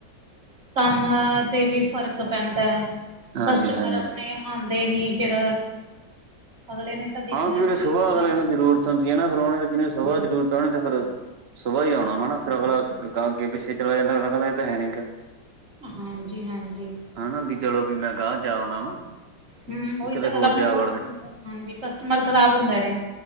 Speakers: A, on the right; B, on the right.
A: ਕੰਮ ਤੇ ਵੀ ਫ਼ਰਕ ਪੈਂਦੈ
B: ਹਾਂਜੀ-ਹਾਂਜੀ
A: ਕਸਟਮਰ ਆਪਣੇ ਆਂਦੇ ਨੀ ਫਿਰ, ਅਗਲੇ ਨੇ ਤਾਂ ਦੇਖਣਾ
B: ਹਾਂ ਫਿਰ
A: ਕਿ
B: ਸੁਬਾਹ
A: ਆਪਣੀ
B: ਅਗਲੇ
A: ਸ਼ੋਪ
B: ਨੂੰ ਜ਼ਰੂਰਤ
A: ਬੰਦ
B: ਹੁੰਦੀ ਐ ਨਾ, ਫਿਰ ਓਨੇ ਤੇ ਜਿਨੇ ਸੁਬਾ ਜ਼ਰੂਰਤ ਓਨਾ ਨੇ ਤੇ ਫਿਰ ਸੁਬਾਈ ਆਉਣਾ ਵਾ ਨਾ ਫੇਰ ਅਗਲਾ, ਗਗਾ ਅੱਗੇ-ਪਿੱਛੇ ਚਲਾ ਯਾਦਾ <unintelligible> ਫੇ ਏ ਤਾਂ ਹੈ ਨੀ ਗਾ
A: ਹਾਂਜੀ-ਹਾਂਜੀ।
B: ਹਨਾ ਵੀ ਚਲੋ ਵੀ ਮੈਂ ਗਾ ਜਾ ਆਉਣਾ ਵਾ।
A: ਹਮ, ਓਹੀ
B: ਕਿਤੇ
A: ਤਾਂ
B: ਹੋਰ
A: ਗੱਲ ਆਪਣੇ
B: ਜਾ
A: ਕਸਟਮਰ
B: ਵੜਦੇ
A: ਹਾਂਜੀ ਕਸਟਮਰ ਖਰਾਬ ਹੁੰਦੇ ਨੇ